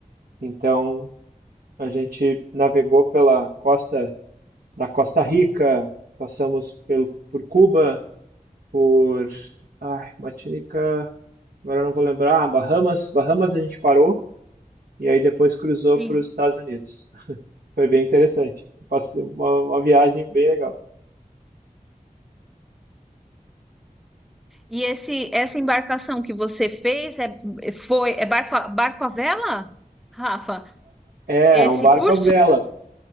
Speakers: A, on the right; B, in the centre.
A: Então, a gente navegou pela costa da Costa Rica, passamos pelo, por Cuba, por, ai, Martinica. Agora eu não vou lembrar. Ah, Bahamas, Bahamas a gente parou e aí depois cruzou
B: Sim.
A: para os Estados Unidos. Foi bem interessante. Passei uma, uma viagem bem legal.
B: E esse, essa embarcação que você fez é, foi, é barco, a- barco à vela, Rafa?
A: É,
B: Esse
A: é um barco
B: curso?
A: à vela.